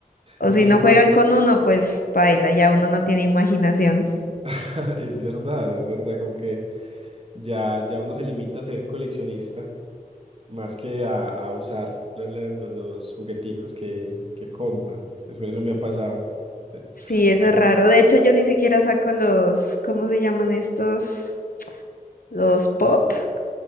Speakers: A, on the left; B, on the right.
A: O
B: exacto,
A: si no juegan
B: como,
A: con uno, pues baila, ya uno no tiene imaginación.
B: <laughs> es verdad, es verdad, como que ya, ya uno se limita a ser coleccionista más que a, a usar la- la- lo- los jugueticos que, que compra. Eso, eso me ha pasado. Te-
A: Sí, eso
B: tengo-
A: es raro. De hecho, yo ni siquiera saco los, ¿cómo se llaman estos? Los pop. <laughs>